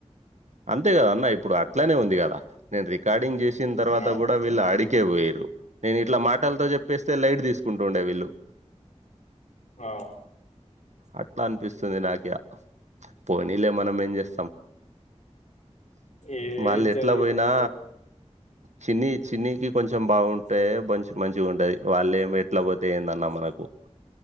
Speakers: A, on the right; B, on the left.
A: అంతే కదా అన్న ఇప్పుడు అట్లనే ఉంది కదా నేను రికార్డింగ్ చేసిన తర్వాత
B: ఆ.
A: కూడా వీళ్ళు ఆడి పోయరు నేను ఇట్లా మాటలతో చెప్పేస్తే లైట్ తీసుకుంటుండే వీళ్ళు
B: అ
A: అట్లా అనిపిస్తుంది నాకే పోనీలే మనం ఏం చేస్తాం
B: ఏది
A: మళ్ళీ
B: జరిగేది
A: ఎట్ల పోయినా
B: నిజమే
A: చిన్ని చిన్నికి కొంచెం బాగుంటే మంచి మంచిగా ఉంటది వాళ్ళ ఏమి ఎట్ల పోతే ఏందన్నమ మనకు